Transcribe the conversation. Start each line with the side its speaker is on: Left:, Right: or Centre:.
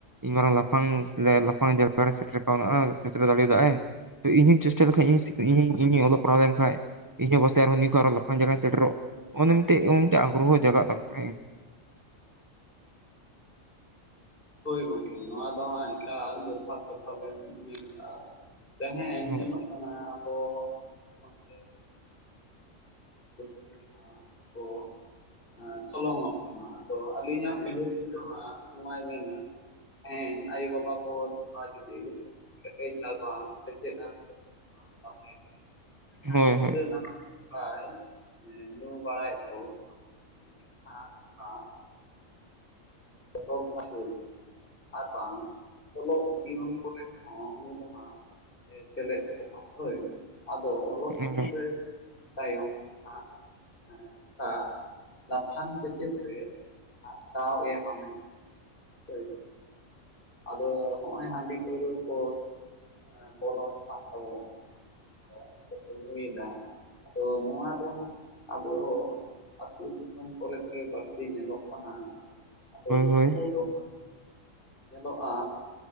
Right: ᱤᱱ ᱢᱟᱨᱟᱝ ᱞᱟᱯᱷᱟᱝ ᱥᱮ, ᱞᱟᱯᱷᱟᱝ ᱡᱟᱭᱜᱟ ᱨᱮ ᱥᱮᱴᱮᱨ ᱠᱟ <unintelligible> ᱥᱮᱴᱮᱨ ᱫᱟᱲᱮᱭᱟᱫᱟᱭ᱾ ᱛᱚ ᱤᱧᱦᱤᱧ ᱪᱮᱥᱴᱟ ᱞᱮᱠᱷᱟᱡ <unintelligible> ᱤᱧᱦᱤᱧ ᱞᱚᱜᱚ ᱡᱯᱲᱟᱣ ᱞᱮᱱᱠᱷᱟᱱ ᱤᱧᱦᱚᱸ ᱯᱟᱥᱮᱡ ᱟᱨᱦᱚᱸ ᱱᱤᱭᱟᱹ ᱠᱷᱚᱡ ᱟᱨᱚ ᱞᱟᱯᱷᱟᱝ ᱡᱟᱭᱜᱟᱧ ᱥᱮᱴᱮᱨᱚᱜ᱾ ᱚᱱᱮ ᱢᱤᱫᱴᱮᱡ ᱩᱱᱤ ᱴᱮᱡ ᱟᱜᱽᱨᱚᱦᱚ ᱡᱟᱜᱟ ᱛᱟᱠᱚᱣᱟ᱾
Left: ᱦᱳᱭ ᱜᱚᱢᱠᱮ ᱱᱚᱣᱟ ᱫᱚ ᱦᱟᱸᱜ ᱮᱠᱟᱞ ᱡᱚᱛᱷᱟᱛ ᱠᱟᱛᱷᱟ ᱵᱮᱱ ᱢᱤᱞ ᱠᱟᱜᱼᱟ᱾ <unintelligible>
Right: ᱦᱳᱭ
Left: ᱧᱮᱞᱚᱜ ᱠᱟᱱᱟ ᱟᱵᱚ ᱥᱚᱢᱟᱡᱽ ᱨᱮ <unintelligible> <unintelligible> ᱥᱚᱞᱚᱝᱼᱚᱜ ᱠᱟᱱᱟ, ᱟᱫᱚ ᱟᱹᱞᱤᱧᱟᱜ ᱩᱭᱦᱟᱹᱨ ᱠᱚᱫᱚ ᱦᱟᱸᱜ, ᱱᱚᱣᱟᱭ ᱢᱮᱱ᱾ ᱱᱟᱸᱜ, ᱛᱮᱦᱮᱸᱧ ᱟᱭᱳ-ᱵᱟᱵᱟ ᱠᱚ <unintelligible> ᱠᱮᱴᱮᱡ ᱟᱨ ᱵᱟᱝ ᱥᱮᱪᱮᱫ ᱟᱱ <unintelligible>
Right: ᱦᱳᱭ
Left: <unintelligible> ᱜᱤᱫᱽᱨᱟᱹᱱᱟ
Right: ᱦᱳᱭ
Left: ᱟᱭ ᱧᱩ ᱵᱟᱲᱟᱭ ᱮᱫ ᱠᱚ <unintelligible> <unintelligible> ᱟᱨ ᱵᱟᱝ ᱚᱞᱚᱜ ᱡᱤᱭᱚᱱ ᱠᱚᱨᱮᱫ ᱦᱚᱸ ᱩᱱᱤ ᱫᱚ ᱦᱟᱸᱜ, ᱮ ᱥᱮᱞᱮᱫ ᱠᱚᱜᱼᱟ, ᱦᱳᱭ᱾ ᱟᱫᱚ ᱚᱞᱚᱜ
Right: ᱦᱳᱭ
Left: ᱡᱤᱭᱚᱱ ᱨᱮ ᱛᱟᱭᱚᱢ ᱦᱟᱸᱜ ᱮᱸ ᱫᱟᱜ ᱞᱟᱯᱷᱟᱝ ᱥᱮᱪᱮᱫ ᱨᱮ ᱫᱟᱣ ᱮ ᱦᱟᱢᱮᱴ ᱾ ᱦᱳᱭ, ᱟᱫᱚ ᱦᱚᱸᱜᱼᱚᱭ ᱦᱟᱺᱰᱤ ᱯᱟᱹᱣᱨᱟᱹ ᱨᱮᱠᱚ <unintelligible> ᱫᱚ ᱱᱚᱣᱟ ᱫᱚ ᱟᱵᱚ ᱟᱹᱛᱩ ᱫᱤᱥᱚᱢ ᱠᱚᱨᱮᱫ ᱜᱮ ᱵᱟᱹᱲᱛᱤ ᱧᱮᱞᱚᱜ ᱠᱟᱱᱟ᱾ ᱟᱫᱚ ᱱᱩᱠᱩ
Right: ᱦᱳᱭ
Left: ᱫᱚ ᱧᱮᱞᱚᱜ-ᱟ